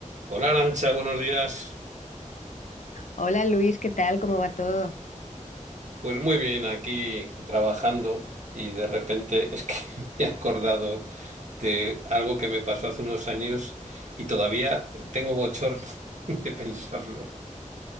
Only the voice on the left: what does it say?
Hola Luis, ¿qué tal? ¿Cómo va todo?